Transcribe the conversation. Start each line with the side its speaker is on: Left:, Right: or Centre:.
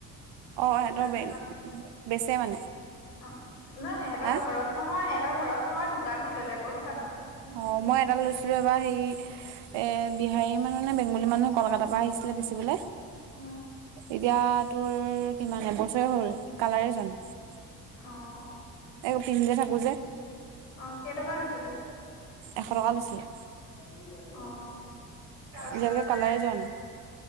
Right: অ
Left: তাৰপিছত
Right: সিহঁতৰ বে
Left: অ,
Right: বেচে মানে
Left: নহয় সেহঁতৰ
Right: হা
Left: ঘৰত নহয় সেহঁতৰ ঘৰত নহয় দোকানত বেলেগৰ দোকানত
Right: অ, মই এডাল লৈছিলোঁ এবাৰ হেৰি এ বিহাৰী মানুহ নে বেংগলী মানুহ কলকাতাৰ পৰা আহিছ <unintelligible> বেচিবলে
Left: উম
Right: এতিয়া তোৰ কিমান এবছৰে হ'ল কালাৰে যোৱা নাই।
Left: অ
Right: এও পিন্ধি যে থাকো যে
Left: অ কেইটকা লৈছিলে
Right: এশ টকা লৈছিলে।
Left: অ, তাৰ ওচৰতে
Right: এতিয়ালৈকে কালাৰে যোৱা নাই